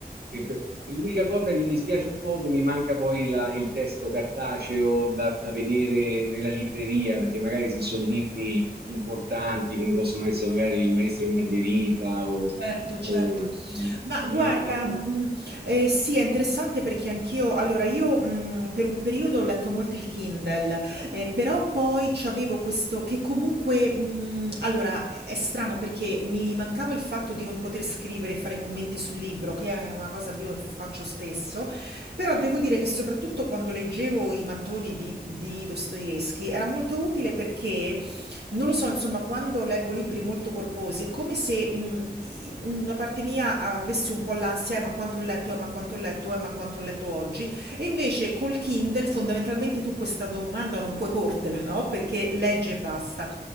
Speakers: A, on the right; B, on the right.
A: e per- per l'unica cosa che mi dispiace un po' che mi manca poi la- il testo cartaceo da, da vedere nella libreria, perché magari se sono libri importanti come possono essere magari Il Maestro e Margherita o,
B: Certo, certo.
A: o mm,
B: Ma
A: libri.
B: guarda, mhmm, ehm, sì, è interessante perché anch'io allora io, mhmm, per un periodo ho letto molto il Kindle, ehm, però poi c'avevo questo che comunque, mhmm, allora è strano perché mi mancava il fatto di non poter scrivere e fare commenti sul libro, che è una cosa che io faccio spesso, però devo dire che soprattutto quando leggevo i mattoni di di Dostoevskij era molto utile perché non lo so, insomma, quando leggo libri molto corposi è come se un- i- una parte mia avesse un po' l'ansia, eh, ma quanto ho letto, eh, ma quanto ho letto, eh, ma quanto ho letto oggi. E invece col Kindle fondamentalmente tu questa domanda non puoi portela, no? Perché leggi e basta.